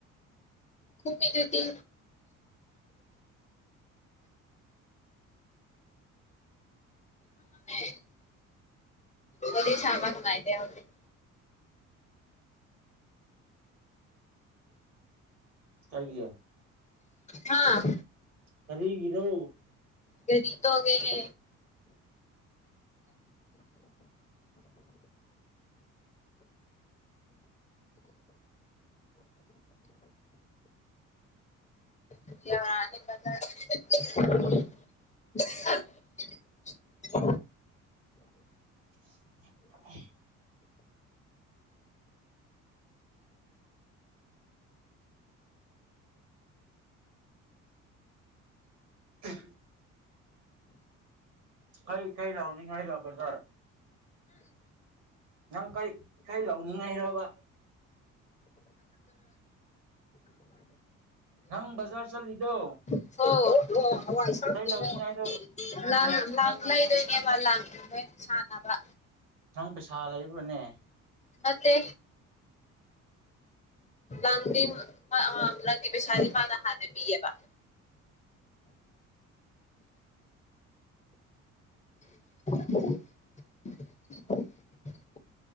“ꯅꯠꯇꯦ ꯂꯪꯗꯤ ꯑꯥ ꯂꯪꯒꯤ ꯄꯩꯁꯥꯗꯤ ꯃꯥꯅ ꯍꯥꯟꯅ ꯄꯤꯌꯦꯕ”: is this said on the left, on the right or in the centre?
Left